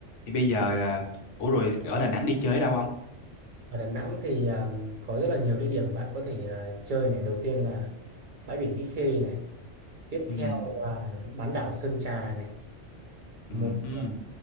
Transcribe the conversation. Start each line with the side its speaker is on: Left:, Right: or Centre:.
Left: thì bây giờ à, ủa rồi ở Đà Nẵng đi chơi đâu ông
Right: Ở Đà Nẵng thì à, có rất là nhiều địa điểm bạn có thể à, chơi này. Đầu tiên là bãi biển Mỹ Khê này. Tiếp
Left: ừ
Right: theo là bán đảo Sơn Trà này.
Left: ừ
Right: Một
Left: ừ
Right: à,